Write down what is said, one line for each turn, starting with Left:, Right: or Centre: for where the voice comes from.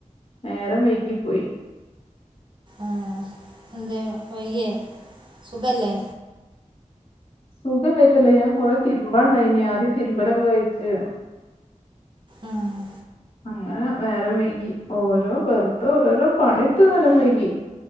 Left: നേരം വൈകി പോയി
Right: ആഹ് എന്ത് വയ്യേ സുഖല്ലേ
Left: സുഖം ഉണ്ടായിട്ടല്ല ഞാൻകൊറേ തിരുമ്പണ്ടായിനി ആദ്യം രുമ്പലൊക്കെ കഴിച്ച്
Right: ആഹ്
Left: അങ്ങനെ വേരം വൈകി ഓരോ വെറുത ഓരോരോ പണിട്ട് നേരം വൈകി